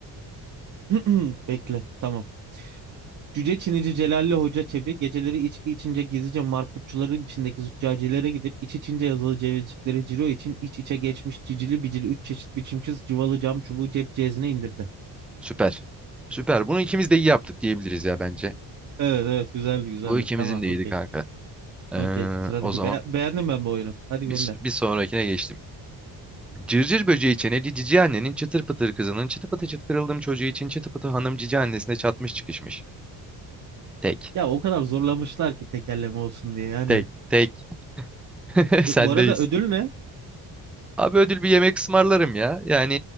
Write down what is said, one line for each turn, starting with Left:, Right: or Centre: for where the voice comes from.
Right: <clears throat> Bekle. Tamam. Cüce Çinici Celalli Hoca Çebi geceleri içki içince gizlice marputçuların içindeki züccacilere gidip iç içince yazılı cevizciklere ciro için iç içe geçmiş cicili bicili üç çeşit biçimsiz cıvalı cam çubuğu cep cezine indirdi.
Centre: Süper. Süper. Bunu ikimiz de iyi yaptık diyebiliriz ya bence.
Right: Evet evet güzeldi güzeldi.
Centre: Bu ikimizin
Right: Tamam
Centre: de iyiydi
Right: okey.
Centre: kanka. Ee,
Right: Okey sıradaki
Centre: o zaman
Right: Be- beğendim ben bu oyunu. Hadi
Centre: bir,
Right: gönder.
Centre: bir sonrakine geçtim. Cırcır böceği çeneli cici annenin çıtır pıtır kızının çıtı pıtı çıt kırıldığım çocuğu için çıtı pıtı hanım cici annesine çatmış çıkışmış. Tek.
Right: Ya o kadar zorlamışlar ki tekerleme olsun diye yani.
Centre: Tek. Tek. <laughs> Sendeyiz.
Right: Ö- Bu arada ödül ne?
Centre: Abi ödül bir yemek ısmarlarım ya. Yani